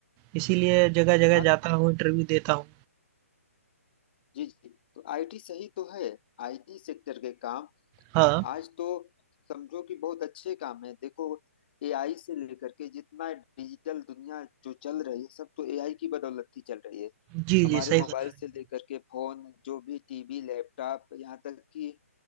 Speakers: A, on the right; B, on the left.
A: इसीलिए जगह-जगह
B: हाँ
A: जाता हूँ, इंटरव्यू देता हूँ।
B: जी जी तो आईटी सही तो है आईटी सेक्टर के काम
A: हाँ।
B: आज तो समझो कि बहुत अच्छे काम है देखो एआई से लेकर के जितना डिजिटल दुनिया जो चल रही है सब तो एआई की बदौलत ही चल रही है
A: जी,
B: हमारे
A: जी। सही
B: मोबाइल
A: बता रहे
B: से
A: हैं।
B: लेकर के फोन जो भी टीवी लैपटॉप यहाँ तक कि